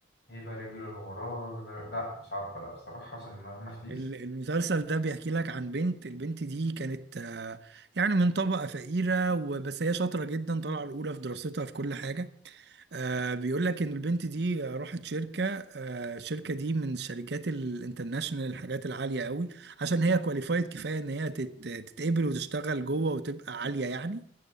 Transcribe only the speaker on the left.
هيبة رجل الغراب يبقى- لا مش عارفة لا بصراحة عشان ما ما افتيش